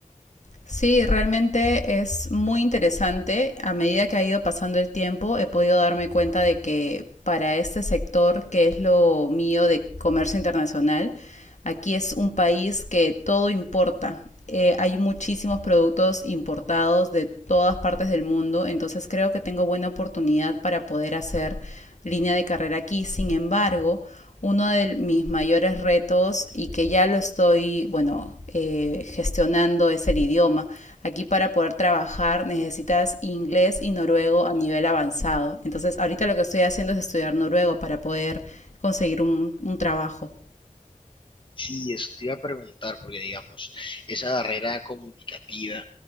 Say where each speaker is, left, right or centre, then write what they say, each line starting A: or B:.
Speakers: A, on the left; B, on the left.
A: Sí, realmente es muy interesante. A medida que ha ido pasando el tiempo, he podido darme cuenta de que para este sector, que es lo mío de comercio internacional, aquí es un país que todo importa. Eh, hay muchísimos productos importados de todas partes del mundo, entonces creo que tengo buena oportunidad para poder hacer línea de carrera aquí. Sin embargo, uno de mis mayores retos y que ya lo estoy, bueno, eh, gestionando es el idioma. Aquí para poder trabajar necesitas inglés y noruego a nivel avanzado. Entonces ahorita lo que estoy haciendo es estudiar noruego para poder conseguir un, un trabajo.
B: Sí, eso te iba a preguntar, porque digamos, esa barrera comunicativa,